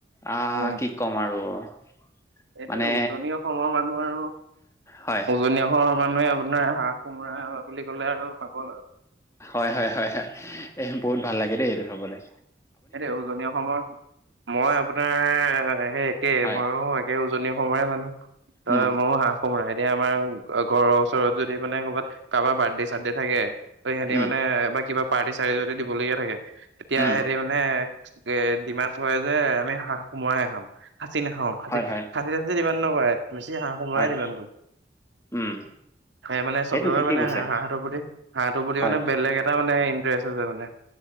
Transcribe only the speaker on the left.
আহ
কি ক'ম আৰু। <unintelligible>
মানে
হয়
হয় হয় হয় হয় এই বহুত ভাল লাগে দেই এইটো হবলৈ।
হয়
উম
উম
উম
হয় হয়
হয়
উম
সেইটো
ঠিকেই
কৈছে
হয়